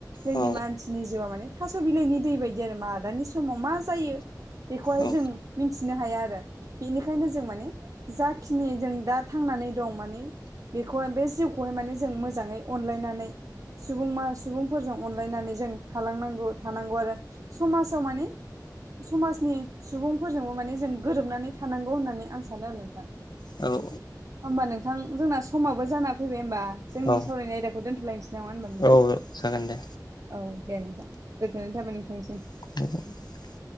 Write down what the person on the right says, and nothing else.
जोंनि
मानसिनि जिउआ माने थास' बिलाइनि दै बायदि आरो मालानि समाव मा जायो। बेखौहाय
जों मिथिनो हाया आरो बेनिखायनो जों माने जा खिनि जों दा थांनानै दं माने बेखौहाय बे जिउखौहाय माने जों मोजाङै अनलायनानै सुबुं मा सुबुंफोरजों अनलायनानै जों थालांनांगौ थानांगौ आरो‌ समाजाव माने समाजनि सुबुं फोरजोंबो माने जों गोरोबनानै थानांगौ होननानै आं सानो आरो नोंथां।
होमबा नोंथां जोंना समावबो जाना फैबाय होमबा जोंनि
सावरायनाय आयदाखौ दोनथ'लायनोसै। नङा होमबा नोंथां
औ दे नोंथां गोजोननाय थाबाय नोंथांनिसिम।